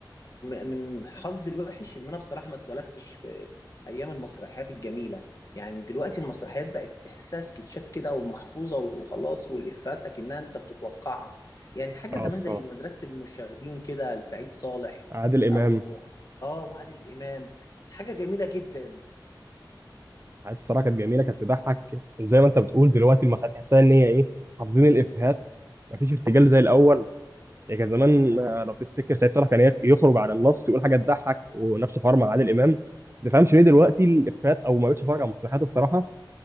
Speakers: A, on the left; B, on the right.
A: م- من حظي الوحش ان انا بصراحه ما اتولدتش في ايام المسرحيات الجميله يعني دلوقتي المسرحيات بقت تحسها سكتشات كده ومحفوظه وخلاص والافات اكنها انت بتتوقعها يعني حاجه
B: اه
A: زمان
B: الصراحه
A: زي مدرسه المشاغبين كده لسعيد صالح
B: عادل امام
A: او اه وعادل امام حاجه جميله جدا
B: عادل الصراحه كانت جميله كانت تضحك زي ما انت بتقول دلوقتي المسرحيات تحسها ان هي ايه حافظين الافيهات مفيش ارتجال زي الاول يعني كان زمان
A: دي حقيقة
B: آه، لو تفتكر سعيد صالح كان يخ- يخرج عن النص يقول حاجه تضحك ونفس الحوار مع عادل امام ما تفهمش ليه دلوقتي الافيهات او ما بقتش اتفرج على المسرحيات الصراحه